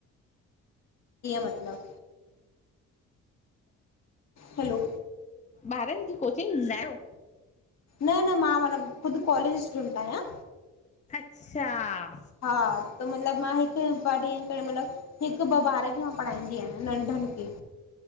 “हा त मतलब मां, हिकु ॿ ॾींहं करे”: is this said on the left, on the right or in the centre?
Left